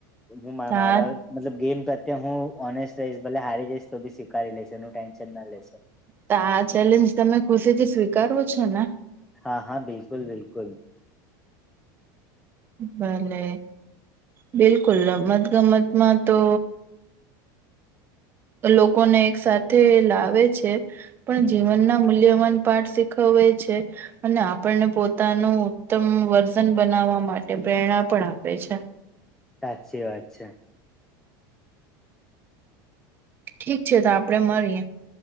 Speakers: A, in the centre; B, on the right.
A: હું
B: હા,
A: મારા મતલબ ગેમ પ્રત્યે હું ઓનેસ્ટ રહીશ ભલે હારી જઈશ તો ભી સ્વીકારી લઈશ. તેનું ટેન્શન ના લેશો.
B: તો આ ચેલેન્જ તમે ખુશીથી સ્વીકારો છો ને.
A: હા હા બિલકુલ બિલકુલ.
B: ભલે બિલકુલ રમત ગમત માંતો. લોકોને એક સાથે લાવે છે, પણ જીવનના
A: હમ
B: મૂલ્યવાન પાઠ. કવે છે. અને આપણને પોતાનું ઉત્તમ વર્જન બનાવવા માટે પ્રેરણા પણ આપે છે.
A: સાચી વાત છે.
B: ઠીક છે તો આપડે મળીએ